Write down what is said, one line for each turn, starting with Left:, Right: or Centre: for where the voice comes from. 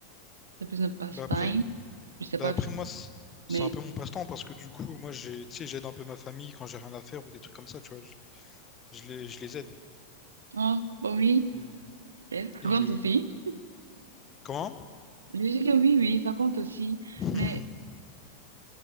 Right: C'est plus un passe-temps,
Left: Bah après,
Right: je sais
Left: bah
Right: pas
Left: après
Right: trop.
Left: moi c'est
Right: Mais,
Left: c'est un peu mon passe-temps parce que du coup moi j'ai tu sais j'aide un peu ma famille quand j'ai rien à faire ou des trucs comme ça tu vois je, je les, je les aide
Right: ah, bon, oui,
Left: et,
Right: peut-être. ça
Left: et,
Right: compte
Left: euh,
Right: aussi.
Left: comment?
Right: Je dis que oui, oui, ça compte aussi.
Left: <laughs>
Right: Mais